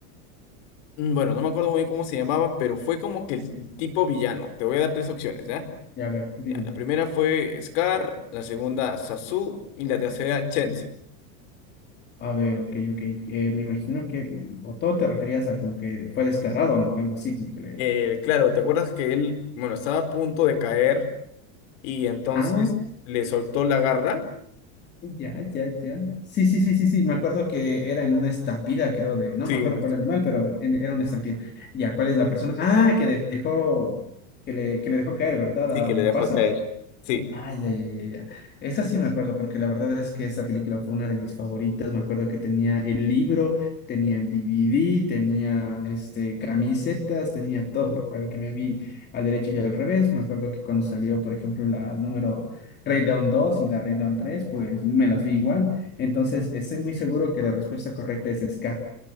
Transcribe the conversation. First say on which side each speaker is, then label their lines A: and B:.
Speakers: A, on the left; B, on the left.
A: Mm, Bueno, no me acuerdo muy bien cómo se llamaba, pero fue como que el tipo villano. Te voy a dar tres opciones, ¿ya?
B: ya a ver, dime.
A: Ya, la primera fue Scar, la segunda Sasu y la tercera Chenzi.
B: A ver, ok, ok. eh, me imagino que el botó te referías a como que fue desterrado, ¿no? Algo así, como que le...
A: Eh, claro, ¿te acuerdas que él, bueno, estaba a punto de caer y entonces
B: Ah,
A: le soltó la garra?
B: ya, ya, ya. Sí, sí, sí, sí, sí. Me acuerdo que era en una estampida, creo, de... No
A: Sí,
B: me acuerdo
A: en este-
B: cuál animal, pero en- era una estampida. Ya, ¿cuál es la persona? Ah, que le dejó... Que le, que le dejó caer, ¿verdad?
A: Sí, que
B: A Mufasa.
A: le dejó caer. sí.
B: Ah, ya, ya, ya, ya. Esa sí me acuerdo, porque la verdad es que esa película fue una de mis favoritas. Me acuerdo que tenía el libro, tenía el DVD, tenía este, camisetas, tenía todo. Me acuerdo que me vi al derecho y al revés. Me acuerdo que cuando salió, por ejemplo, la número Rey León dos y la Rey León tres, pues me las vi igual. Entonces, estoy muy seguro que la respuesta correcta es Scar.